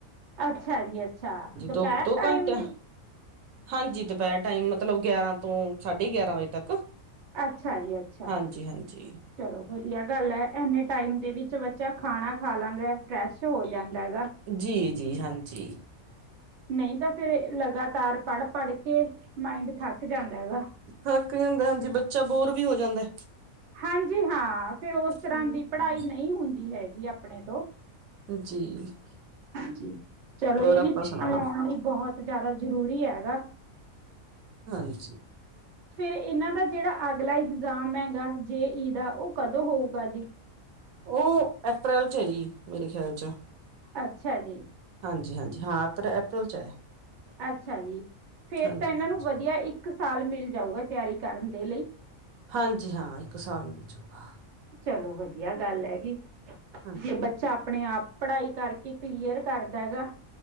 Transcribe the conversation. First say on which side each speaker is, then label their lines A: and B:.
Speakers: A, on the right; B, on the right.
A: ਅੱਛਾ ਜੀ ਅੱਛਾ ਦੁਪਹਿਰ
B: ਦੋ ਦੋ
A: ਟਾਈਮ
B: ਘੰਟੇ
A: ਜੀ
B: ਹਾਂਜੀ ਦੁਪਹਿਰ ਟਾਈਮ ਮਤਲਬ ਗਿਆਰਾਂ ਤੋਂ ਸਾਢੇ ਗਿਆਰਾਂ ਵਜੇ ਤੱਕ।
A: ਅੱਛਾ ਜੀ ਅੱਛਾ
B: ਹਾਂਜੀ ਹਾਂਜੀ
A: ਚਲੋ ਵਧੀਆ ਗੱਲ ਐ ਐਂਨੇ ਟਾਈਮ ਦੇ ਵਿੱਚ ਬੱਚਾ ਖਾਣਾ ਖਾ ਲਾਂਗਾ ਫਰੈਸ਼ ਹੋ ਜਾਂਦਾ ਹੈਗਾ।
B: ਜੀ ਜੀ ਹਾਂਜੀ
A: ਨਹੀਂ ਤਾਂ ਫੇਰ ਲਗਾਤਾਰ ਪੜ੍ਹ ਪੜ੍ਹ ਕੇ ਮਾਇੰਡ ਥੱਕ ਜਾਂਦਾ ਹੈਗਾ।
B: ਥਕ ਜਾਂਦਾ ਹਾਂਜੀ ਬੱਚਾ ਬੋਰ ਵੀ ਹੋ ਜਾਂਦੈ।
A: ਹਾਂਜੀ ਹਾਂ ਫਿਰ ਉਸ ਤਰ੍ਹਾਂ
B: ਹਮ
A: ਦੀ ਪੜ੍ਹਾਈ ਨਈ ਹੁੰਦੀ ਹੈਗੀ ਆਪਣੇ ਤੋਂ।
B: ਜੀ <unintelligible>
A: ਜ ਚਲੋ
B: ਹੋਰ
A: ਇਹ
B: ਆਪਾਂ
A: ਵੀ ਧਿਆਨ
B: ਸੁਣਾਓ
A: ਲਾਉਣ ਲਈ ਬਹੁਤ ਜਾਦਾ ਜਰੂਰੀ ਹੈਗਾ।
B: ਹਾਂਜੀ
A: ਫੇਰ ਇਹਨਾਂ ਦਾ ਜਿਹੜਾ ਅਗਲਾ ਇਗਜ਼ਾਮ ਹੈਗਾ ਜੇ ਈ ਦਾ ਉਹ ਕਦੋਂ ਹੋਊਗਾ ਜੀ
B: ਉਹ ਅਪ੍ਰੈਲ ਚ ਹੈ ਜੀ ਮੇਰੇ ਖਿਆਲ ਚ
A: ਅੱਛਾ ਜੀ
B: ਹਾਂਜੀ ਹਾਂਜੀ ਹਾਂ ਅਪ੍ਰ ਅਪ੍ਰੈਲ 'ਚ ਹੈ।
A: ਅੱਛਾ ਜੀ ਫੇਰ
B: ਹਾਂਜੀ
A: ਤਾਂ ਇਹਨਾਂ
B: ਹਾਂਜੀ
A: ਨੂੰ ਵਧੀਆ ਇੱਕ ਸਾਲ ਮਿਲ ਜਾਊਗਾ ਤਿਆਰੀ ਕਰਨ ਦੇ ਲਈ।
B: ਹਾਂਜੀ ਹਾਂ ਇੱਕ ਸਾਲ ਮਿਲ ਜੂਗਾ।
A: ਚਲੋ ਵਧੀਆ ਗੱਲ ਹੈਗੀ
B: ਹਾਂ
A: ਜੇ ਬੱਚ ਚਾ ਆਪਣੇ ਆਪ ਪੜ੍ਹਾਈ ਕਰਕੇ ਕਲੀਅਰ ਕਰਦਾ ਹੈ ਗਾ।